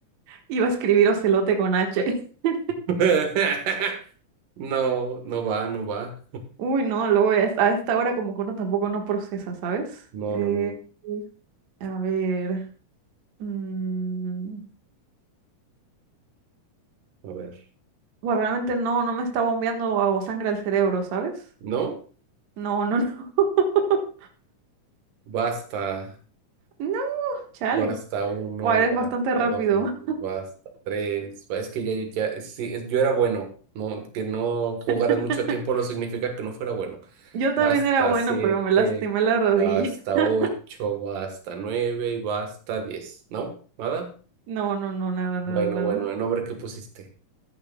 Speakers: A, on the right; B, on the right.
A: Iba a escribir ocelote con H. <laughs>
B: <laughs> No, no va, no va.
A: Uy, no, luego voy a, esta a esta hora como que uno tampoco no procesa, ¿sabes?
B: No,
A: Eh,
B: no, no.
A: a ver. mm,
B: A ver.
A: Bueno, realmente no, no me está bombeando a- o sangre al cerebro, ¿sabes?
B: No,
A: No, no, no. <laughs>
B: basta.
A: No, chale.
B: Basta uno,
A: Bueno, eres
B: basta
A: bastante rápido.
B: dos, basta tres. Es que ya, ya, sí, es- yo era bueno. No, que no jugaras
A: <laughs>
B: mucho tiempo no significa que no fuera bueno.
A: Yo también
B: Basta
A: era bueno,
B: siete,
A: pero me lastimé la rodilla.
B: basta
A: <laughs>
B: ocho, basta nueve y basta diez. ¿No? ¿Nada?
A: No, no, no, nada, nada,
B: Bueno,
A: nada.
B: bueno, el nombre que pusiste.